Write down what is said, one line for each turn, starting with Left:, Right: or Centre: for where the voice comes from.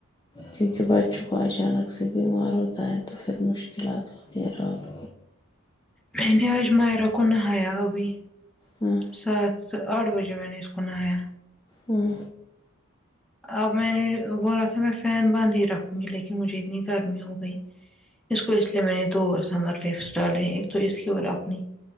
Left: کیونکہ بچوں کو اچانک سے بیمار ہوتا ہے تو پھر مشکلات ہوتی ہیں رگ
Centre: میں نے آج مائرہ کو نہایا ابھی
Left: ہوں
Centre: سات آٹھ بجے میں نے اسکو نہایا
Left: ہوں
Centre: اب میں نے بولا تھا میں فین بند ہی رکھوں گی لیکن مجھے اتنی گرمی ہو گئی اس کو اس لیے میں نے دو ہزار پیسٹ ڈالے ایک تو اس کی اور اپنی